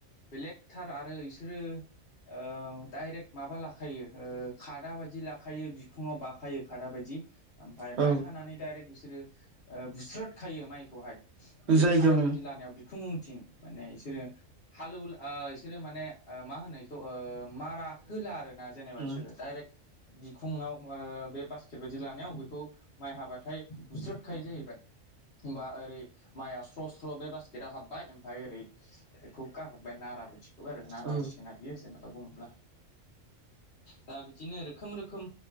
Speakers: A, on the left; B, on the right.
A: बेलेक थार आरो बिसोरो ओ डाइरेक्ट माबा लाखायो ओ। खादा बायदि लाखायो बिखुङाव बाखायो खादा बायदि ओमफ्राय
B: औ
A: माइ हानानै डाइरेक्ट बि सोरो बुस्रोथ खायो माइखौहाय बे
B: जायगायावनो
A: खादा बायदि लानायाव बिखुं उनथिं माने बिसोरो हालौ आ बिसोरो माने मा होनो इखौ ओ मारा होला आरोना जेनेबा
B: औ
A: इसोर डाइरेक्ट बि बिखुङाव बे बास्केट बायदि लानायाव बेखौ माइ हाबाथाय बुस्रोदखायो जाहैबाय होमबा ओरै माइआ स्र' स्र' बे बास्केटाव हाबबाय ओमफ्राय ओरै बेखौ गारहरबाय नारा बायदिखौ आरो नारा
B: औ
A: जासिगोन आरोखि जेनबा बुङोब्ला। दा बिदिनो रोखोम रोखोम